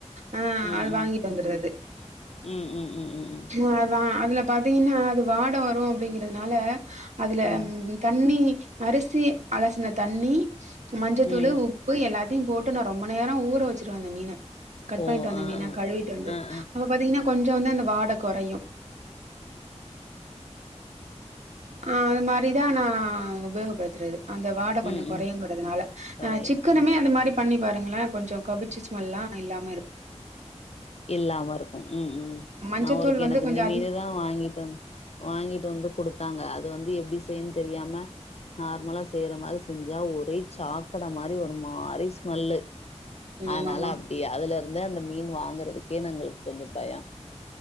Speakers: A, on the right; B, on the left.
A: அ
B: ம்
A: அது
B: ம்
A: வாங்கிட்டு வந்துருது
B: ம் ம் ம் ம்
A: அ அதுல பாத்தீங்கன்னா அது வாட வரு அப்டிங்கிறதுனால அதுல
B: ம் ம்
A: தண்ணி அரிசி அலசின தண்ணி மஞ்சத்தூள்
B: ம்
A: உப் பு எல்லாத்தையு போட்டு நா ரொம்ப நேரம் ஊற வச்சுடுறுவ மீன கட்
B: ஓ
A: பண்ணிட்டு வந்த
B: ஆ
A: மீன
B: ஆ
A: கழுவிட்டு வந்து
B: ஆ ஆ
A: அப்ப பாத்தீங்கன்னா கொஞ்சோ வந்து அந்த வாட கொறையூ அ அது மாரிதா நா உபயோகப்படுத்துறது அந்த வாட கொஞ்சோ
B: ம்
A: கொரையோங்கறதுனால
B: ம் கொறையு
A: அ சிக்கனுமே
B: ம்
A: அந்த மாரி பண்ணி பாருங்களே கொஞ்சோ கவுச்சி ஸ்மெல்லா இல்லாம இருக்கு
B: இல்லாம இருக்கு ம் ம்
A: மஞ்சத்தூள்
B: நா ஒரு
A: வந்து
B: எனக்கு
A: கொஞ்சோ
B: இந்த
A: அதிக
B: மீனு தா வாங்கிட்டு வ வாங்கிட்டு வந்து குடுத்தாங்க அது வந்து எப்டி செய்யன்னு தெரியாம நார்மலா செய்ற மாரி செஞ்சா ஒரே சாக்கட மாரி ஒரு மாறி ஸ்மெல்லு அதனால
A: ஆமாமா
B: அப்டியா அதுல இருந்து அந்த மீன் வாங்குறதுக்கே நாங்களுக்கு கொஞ்சம் பயம்